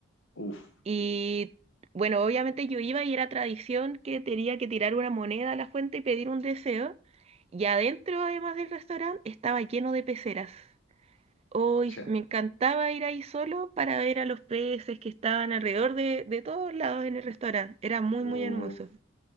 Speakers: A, on the left; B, on the right.
A: Uf,
B: Y bueno, obviamente yo iba y era tradición que tenía que tirar una moneda a la fuente y pedir un deseo. Y adentro, además del restaurante, estaba lleno de peceras. Hoy
A: o sea,
B: me encantaba ir ahí solo para ver a los peces que estaban alrededor de, de todos lados en el restaurante. Era muy,
A: O
B: muy hermoso.